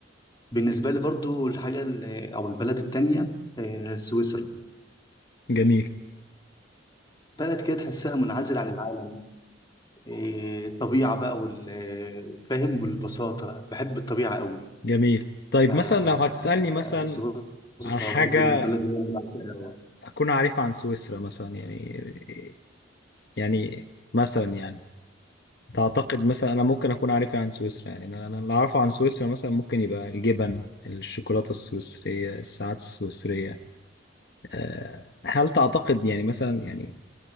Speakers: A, on the left; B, on the left.
A: بالنسبة لي برضو الحاجة ال- أو البلد التانية إيه، سويسرا
B: جميل
A: بلد كده تحسها منعزل عن العالم إيه، طبيعة بقى وال- فاهم والبساطة بحب الطبيعة أوي
B: جميل طيب
A: فسويسرا
B: مثلا لو هتسألني مثلا عن حاجة
A: برضه من البلد اللي انا بعشقها أوي.
B: أكون عارفها عن سويسرا مثلا يعني يعني مثلا يعني تعتقد مثلا أنا ممكن أكون عارفها عن سويسرا يعني أنا أنا اللي أعرفه عن سويسرا مثلا ممكن يبقى الجبن الشوكولاتة السويسرية الساعات السويسرية أه هل تعتقد يعني مثلا يعني